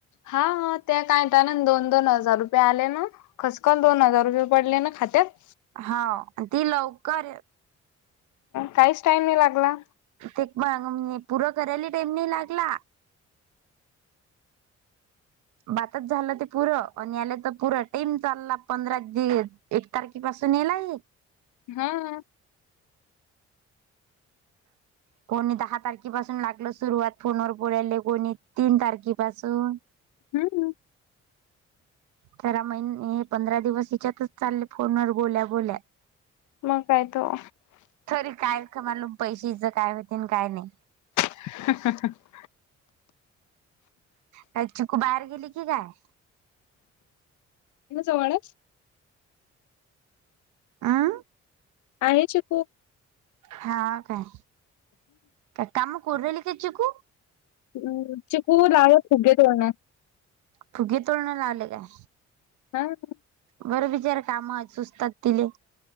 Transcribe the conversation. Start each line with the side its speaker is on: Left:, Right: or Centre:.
Left: हा त्या कायत ना दोन दोन हजार रुपये आले ना खसखल दोन हजार रुपये पडले ना खात्यात
Right: हा ती लवकर
Left: काहीच टाईम नाही लागला
Right: ते पूरा करायला टाईम नाही लागला बातच झालं ते पुरं आणि आलं तर पुर टेम चालला पंधरा दिवस एक तारखे पासून येलाय
Left: हा हा
Right: कोणी दहा तारखेपासून लागलं सुरुवात फोनवर पुरयले कोणी तीन तारखेपासून
Left: हम् हम
Right: तेरा महिने हे पंधरा दिवस हिच्यातच चालले फोन व बोल्या बोल्या
Left: मग काय तो
Right: तरी काय कमाल पैशचं काय होते काय नाही
Left: <inaudible>
Right: का चिकू बाहेर गेली की काय?
Left: इतन जवळ हाय
Right: आं
Left: आहेचे खूप
Right: हां काय का काम करुन राहीली काय चिकू
Left: हुं चिकू लागले फुगे तेण
Right: फुगे तोडणं लागले काय.
Left: हां.
Right: बरं बिचार काम सुचतात तिले.